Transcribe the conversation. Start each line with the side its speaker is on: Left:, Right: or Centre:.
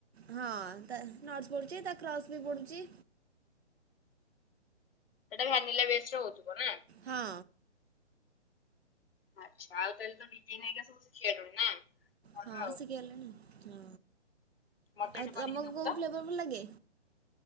Right: ହଁ ତା ନଟ ପଡୁଚି ତା କ୍ରସ୍ ବି ପଡୁଚି।
Left: ଏଟା ଭାନିଲେ ବଷ୍ଟରେ ହଉଥିବ ନା?
Right: ହଁ।
Left: ଆଚ୍ଛା ଆଉ ତାହେଲେ ତୁ <unintelligible> ସବୁ ଶିଖିଲୁଣି ନା? ଭଲ
Right: ହଁ
Left: ଆଉ
Right: ଶିଖିଗଲାଣି ହଁ।
Left: ମତେ ଗୋଟେ
Right: ଆଉ ତମକୁ
Left: କରିକି ଦବୁ
Right: କୋଉ
Left: ତ?
Right: ଫ୍ଲେବର ଭଲ ଲାଗେ?